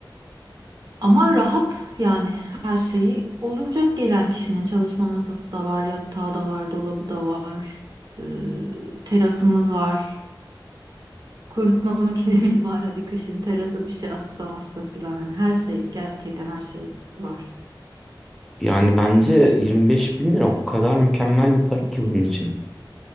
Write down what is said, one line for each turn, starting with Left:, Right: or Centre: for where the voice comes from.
Right: ama rahat yani her şeyi olacak gelen kişinin çalışma masası da var, yatağı da var, dolabı da var, ee, terasımız var, kurutma <laughs> makinemiz var. Hadi kışın terasa bir şey asamazsa filan hani her şey gerçekten her şey var.
Centre: Yani bence 25 bin lira o kadar mükemmel bir para ki bunun için.